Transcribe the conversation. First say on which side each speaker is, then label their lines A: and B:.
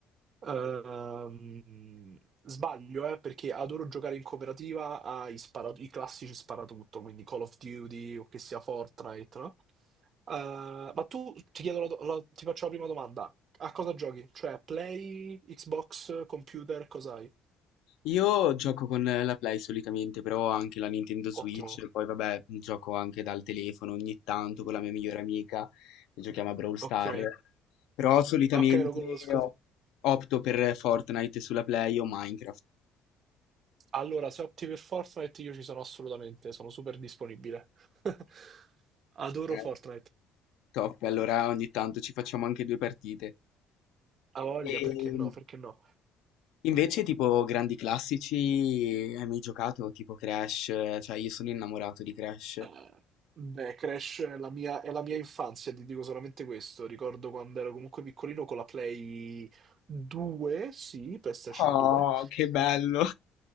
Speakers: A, on the right; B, on the left.
A: Ehm, sbaglio, eh, perché adoro giocare in cooperativa ai spara- i classici sparatutto, quindi Call of Duty o che sia Fortnite, no? Eh, ma tu, ti chiedo la do- la- ti faccio la prima domanda. A cosa giochi? Cioè, Play, Xbox, computer, cos'hai?
B: Io gioco con la Play solitamente, però ho anche la Nintendo Switch,
A: Ottimo.
B: poi vabbè, gioco anche dal telefono ogni tanto con la mia migliore amica, che giochiamo a Brawl Star.
A: Ok.
B: Però solitamente
A: Ok, lo conosco.
B: ho- opto per Fortnite sulla Play o Minecraft.
A: Allora, se opti per Fortnite io ci sono assolutamente, sono super disponibile. <laughs> Adoro
B: eh.
A: Fortnite.
B: Top, allora ogni tanto ci facciamo anche due partite.
A: A voglia,
B: E
A: perché no? Perché no?
B: invece tipo grandi classici, hai mai giocato tipo Crash? Cioè io sono innamorato di Crash.
A: Eh, beh, Crash è la mia, è la mia infanzia, ti dico solamente questo. Ricordo quando ero comunque piccolino con la Play 2, sì, PlayStation
B: Oh,
A: 2.
B: che bello!